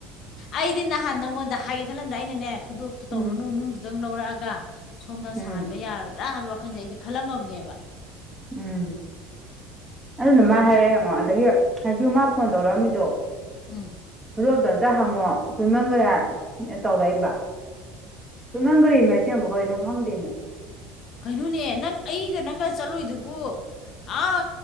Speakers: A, on the left (about 50°); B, on the right (about 15°).
A: ꯑꯩꯗꯤ ꯅꯍꯥꯟ ꯅꯪꯉꯣꯟꯗ ꯍꯥꯏꯒꯦ ꯈꯜꯂꯝꯗ ꯑꯩꯅꯅꯦ ꯈꯨꯗꯣꯞꯇꯣ
B: ꯎꯝ
A: ꯇꯧꯔꯨꯅꯨ ꯅꯨꯡꯗꯨꯗ ꯗꯡ ꯂꯧꯔꯛꯑꯒ ꯁꯣꯝꯅ
B: ꯎꯝ
A: ꯁꯥꯍꯟꯕ ꯌꯥꯔꯣꯏꯗ꯭ꯔꯥ ꯍꯥꯏꯕꯩ ꯋꯥꯈꯜꯁꯦ ꯑꯩꯗꯤ ꯈꯜꯂꯝꯃꯕꯅꯦꯕ
B: ꯎꯝ ꯑꯗꯨꯅ
A: ꯈꯪꯉꯕ
B: ꯃꯥ ꯍꯥꯏꯔ ꯌꯦꯡꯉꯣ ꯑꯗꯒꯤ ꯍꯧꯖꯤꯁꯨ ꯃꯥ ꯐꯣꯟ ꯇꯧꯔꯛꯑꯝꯃꯤꯗꯣ
A: ꯎꯝ
B: ꯈꯨꯗꯣꯞ ꯇ ꯍꯪꯉꯣ ꯀꯨꯏꯃꯟꯒꯔꯦ ꯇꯧꯔꯛꯏꯕ ꯀꯨꯏꯃꯟꯈꯔ꯭ꯦꯃꯤ ꯑꯁꯦꯡꯕ ꯀꯩꯅꯣ ꯈꯪꯗꯦꯃꯤ
A: ꯀꯩꯅꯣꯅꯦ ꯅꯪ ꯑꯩꯒ ꯅꯪꯒ ꯆꯠꯂꯨꯏꯗꯨꯕꯨ ꯑꯥ